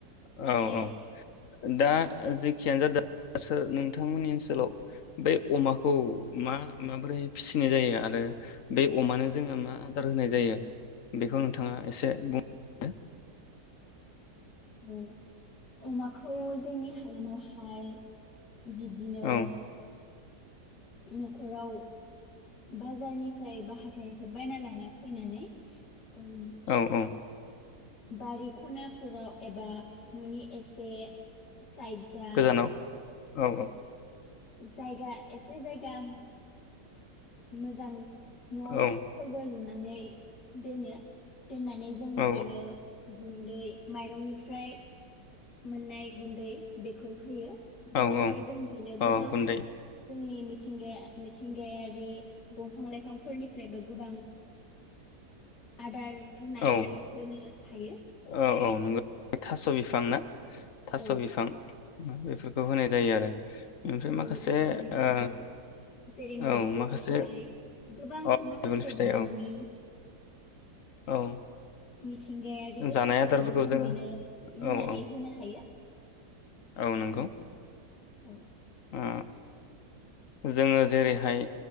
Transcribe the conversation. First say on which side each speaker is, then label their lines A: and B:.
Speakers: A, on the left; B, on the left.
A: औ
B: माने
A: औ दा जेखियानो जादों सोर नोंथांमोननि ओनसोलाव बे अमाखौ मा माबोरै फिसिनाय जायो आरो बे अमानो जोंङो मा आदार होनाय जायो बेखौ नोंथांङा एसे बुंनो
B: ओं अमाखौ जोंनि हालामावहाय बिब्दिनो
A: औ
B: न'खराव बाजारनिफ्राय बा हाथाइनिफ्राय बायना लाना फैनानै ओं
A: औ औ
B: बारि खनाफोराव एबा न'नि एसे साइदजा
A: गोजानाव औ औ
B: जायगा एसे जायगा मोजां न'फोरबो
A: औ
B: लुनां नै दोनो दोननानै जों
A: औ
B: बेनो गुन्दै माइरंनिफ्राय मोननाय गुन्दै बेखौ होयो बेनिफ्राय
A: औ औ
B: जों बेनो गोबां
A: औ गुन्दै
B: जोंनि मि थिंगाया मिथिंगायारि बमफां लाइफांफोरनिफ्रायबो गोबां आदार बुथुमनानै
A: औ
B: होनो हायो
A: औ औ नोंगौ थास बिफां
B: औ
A: ना थास'
B: औ
A: बिफां बेफोरखौ होनाय जायो आरो ओमफ्राय माखासे
B: औ थास' बिफां
A: ओ
B: जेरै मैदुफुल
A: औ माखासे
B: फिथाइ गोबां
A: औ
B: माखासे
A: फिथाइ
B: बिबांनि
A: औ औ
B: मिथिंगायारि बेसादफोरखौबो
A: जानाय आदारफोरखौ
B: जों
A: जोङो
B: बेनो
A: औ
B: रुनानै
A: औ
B: होनो हायो
A: औ नंगौ
B: औ
A: ओ जोङो जेरैहाय
B: नों